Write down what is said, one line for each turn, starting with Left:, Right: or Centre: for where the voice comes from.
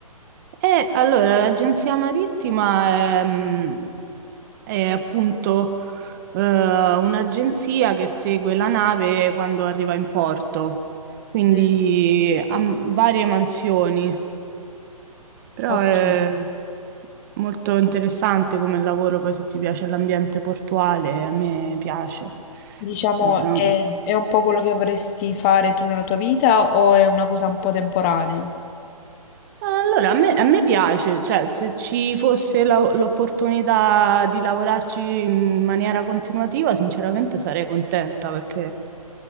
Right: E allora l'agenzia marittima è, mm, è appunto eh, un'agenzia che segue la nave quando arriva in porto, quindi
Left: Mm,
Right: ha m- varie mansioni, però
Left: Ok.
Right: è molto interessante come lavoro, poi se ti piace l'ambiente portuale, a me piace.
Left: Diciamo,
Right: Eh, da-
Left: è, è un po' quello che vorresti fare tu nella tua vita o è una cosa un po' temporanea?
Right: Allora, a me, a me piace, cioè se ci fosse la- l'opportunità di lavorarci in maniera continuativa, sinceramente sarei contenta perché